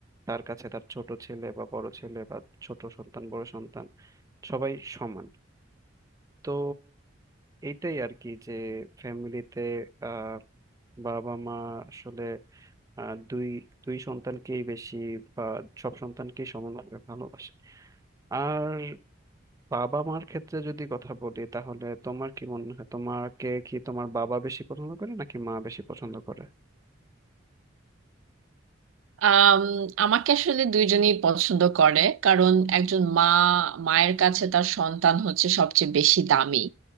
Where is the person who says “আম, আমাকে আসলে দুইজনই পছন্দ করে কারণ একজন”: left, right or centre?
Right